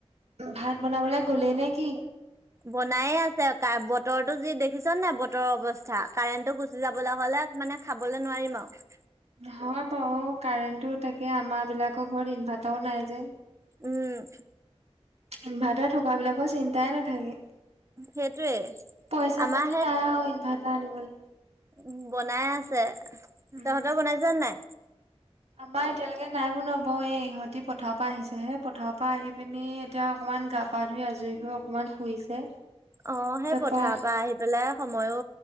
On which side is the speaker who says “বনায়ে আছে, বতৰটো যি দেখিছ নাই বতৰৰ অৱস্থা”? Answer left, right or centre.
Right